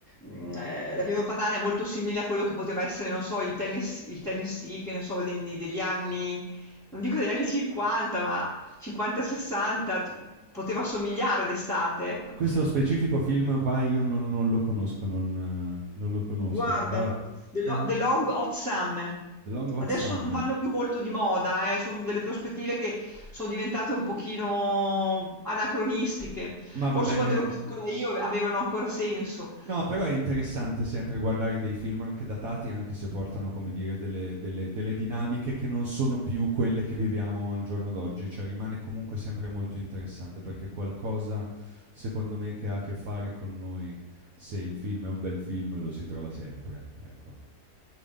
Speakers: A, in the centre; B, on the right.
A: mm, eh, la pianura padana è molto simile a quello che poteva essere, non so, il Tennes- il Tennessee, che ne so, degli, degli anni, non dico degli anni 50, ma 50-60, poteva somigliare d'estate, ecco.
B: questo specifico film qua io non, non lo conosco, non, eh, non lo conosco,
A: Guardalo,
B: però...
A: The Lo-
B: Ah,
A: The Long Hot Summer.
B: The Long Hot
A: Adesso
B: Summer.
A: non vanno più molto di moda, eh, Sono delle prospettive che sono diventate un pochino anacronistiche.
B: Ma va
A: Forse
B: bene,
A: quando ero piccola io avevano ancora senso.
B: No, però è interessante sempre guardare dei film anche datati, anche se portano, come dire, delle, delle- delle dinamiche che non sono più quelle che viviamo al giorno d'oggi, cioè rimane comunque sempre molto interessante perché qualcosa, secondo me, che ha a che fare con noi, se il film è un bel film, lo si trova sempre. Ecco,